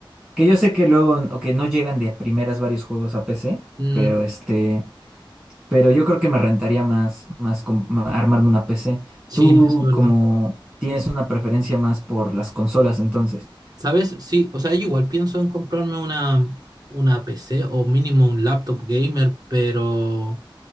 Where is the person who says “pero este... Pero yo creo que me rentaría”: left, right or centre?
Right